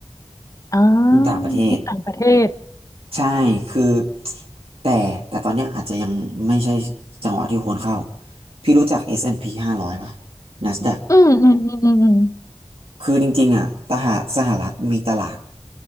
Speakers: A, on the left (about 30°); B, on the right (about 65°).
A: อ่า
B: ที่ต่างประเทศ
A: หุ้นต่างประเทศ
B: ใช่คือแต่แต่ตอนเนี้ยอาจจะยังไม่ใช่จังหวะที่ควรเข้าพี่รู้จัก S&P 500ป่ะ NASDAQ
A: อืมอืมอืมอืม
B: คือจริงๆอ่ะตหาสหรัฐมีตลาด